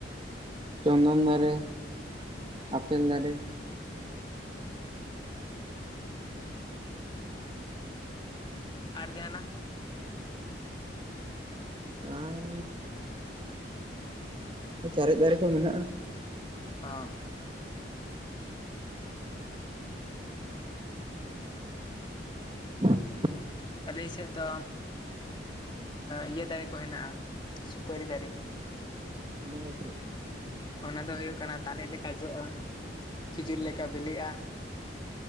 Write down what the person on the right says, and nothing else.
ᱪᱚᱱᱫᱚᱱ ᱫᱟᱨᱮ ᱟᱯᱮᱞ ᱫᱟᱨᱮ᱾
ᱟᱨ ᱪᱟᱨᱮᱡ ᱫᱟᱨᱮ ᱠᱚ ᱢᱮᱱᱟᱜᱼᱟ᱾
ᱢ <inaudible>
<unintelligible>